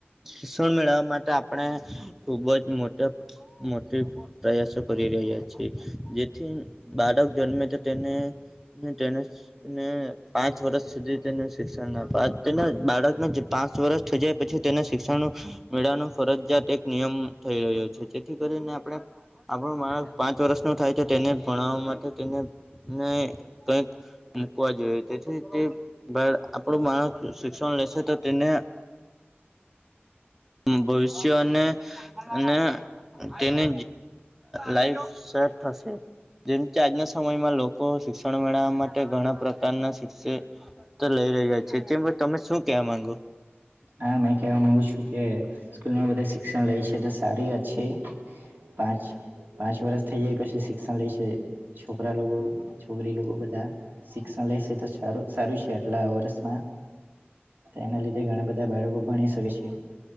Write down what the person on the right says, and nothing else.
હા મેં કહેવા માંગુ છું કે સ્કૂલમાં બધા શિક્ષણ લે છે તો સારી છે પાંચ પાંચ વર્ષ થઇ જાય પછી શિક્ષણ લે છે છોકરા લોકો છોકરી લોકો બધા શિક્ષણ લેશે તો સારું સારું છે આટલા વર્ષમાં એના લીધે ઘણા બધા બધા બાળકો ભણી શકે છે